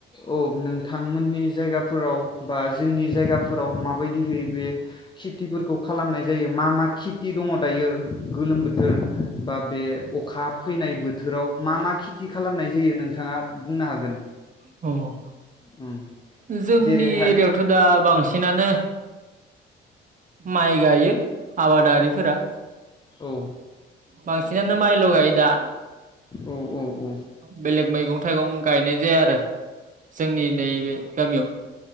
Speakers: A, on the left; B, on the right.
A: औ नोंथांमोननि जायगाफोराव बा जोंनि जायगाफोराव माबायदिहै बे खेथिफोरखौ खालामनाय जायो मा मा खेथि दङ दायो गोलोम बोथो फोर बा बे अखा बोथोराव मा मा खेथि खालामनाय जायो नोंथाङा बुंनो हागोन
B: औ
A: उम
B: जोंनि
A: जेरैहाय
B: एरिायावथ दा बांसिनानो माइ गायो आबादारिफोरा
A: औ
B: बांसिनानो माइल गायो दा
A: औ औ औ
B: बेलेग मैगं थाइगं गायनाय जाया आरो जोंनि नैबे दा बेयाव